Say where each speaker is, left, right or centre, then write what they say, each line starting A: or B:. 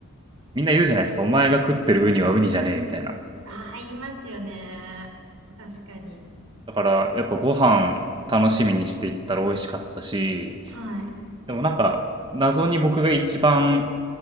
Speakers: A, on the right; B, on the right.
A: みんな言うじゃないですか「お前が食ってるウニはウニじゃねえ」みたいな。
B: ああ、言いますよね。確かに。
A: だから、やっぱご飯楽しみにしていったら美味しかったし、
B: はい。
A: でもなんか、謎に僕が一番